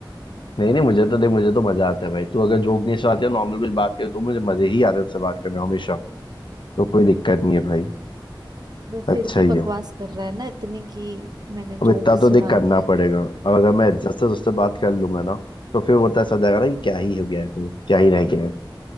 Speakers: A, on the left; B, on the right.
A: नहीं नहीं मुझे तो देख मुझे तो मजा आता है भाई तू अगर जोक नहीं सुनाती है नॉर्मल कुछ बात करे तो मुझे मजे ही आते हैं उससे बात करने में हमेशा तो कोई दिक्कत नहीं है भाई
B: तो फिर
A: अच्छा
B: भी
A: ही
B: बकवास
A: है
B: कर रहा है ना इतनी कि मैंने
A: अब इतना
B: जोक सुना
A: तो देख करना
B: दिए तो
A: पड़ेगा
B: <laughs>
A: अब अगर मैं इज्जत से उससे बात कर लूंगा ना तो फिर वो तो ऐसा हो जाएगा ना कि क्या ही हो गया है फिर क्या ही रह गया है